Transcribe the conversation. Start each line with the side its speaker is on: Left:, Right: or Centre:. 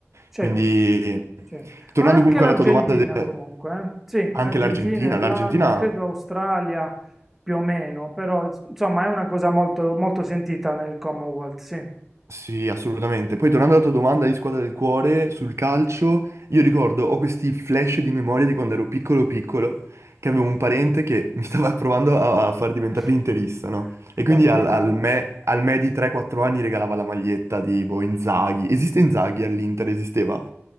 Centre: sì,
Right: Quindi,
Centre: sì.
Right: tornando
Centre: Ma anche
Right: comunque
Centre: l'Argentina
Right: alla tua domanda, de-
Centre: comunque, eh. Sì,
Right: anche
Centre: Argentina,
Right: l'Argentina,
Centre: Irlanda,
Right: l'Argentina
Centre: credo Australia più o meno, però ins- insomma è una cosa molto, molto sentita nel Commonwealth, sì.
Right: Sì, assolutamente. Poi tornando alla tua domanda di squadra del cuore sul calcio, io ricordo, ho questi flash di memoria di quando ero piccolo piccolo, che avevo un parente che mi stava <laughs> provando a, a far diventare
Centre: <laughs>
Right: interista, no?
Centre: Ti
Right: E quindi
Centre: tampinava.
Right: al, al me, al me di 3-4 anni regalava la maglietta di boh, Inzaghi. Esiste Inzaghi all'Inter? Esisteva?